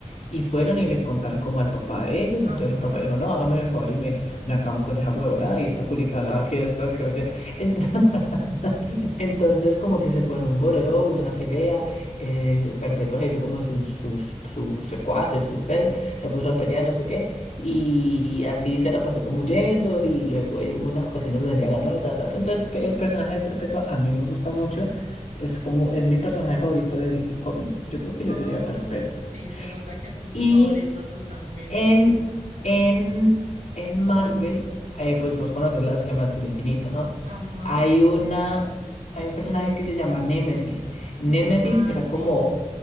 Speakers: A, on the left; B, on the right.
A: y fueron y le contaron como al papá de ellos. Entonces
B: Ajá.
A: el papá dijo, no, hágame el favor y me, me acaban con esa huevonada y esta culicagada que esta creo que... Ent- <laughs> Entonces como que se formó un bororó, una pelea, eh, Perpetua se hizo como sus, sus, sus secuaces, sus pe- se puso a pelear no sé qué y así se la pasó como huyendo y luego eh, hubo unas ocasiones donde ella ganó y tal, tal. Pero Entonces pe- el personaje de Perpetua a mí me gusta mucho. Es como, es mi personaje favorito de DC Comics. Entonces, Yo creo que
B: Ah,
A: yo sería Perpetua.
B: sí, se nota que es tu
A: Y
B: favorito totalmente.
A: en, en, en Marvel, eh, pues vos conoces las gemas del infinito, ¿no?
B: Ajá.
A: Hay una, hay un personaje que se llama Némesis. Némesis
B: Ah,
A: era
B: sí.
A: como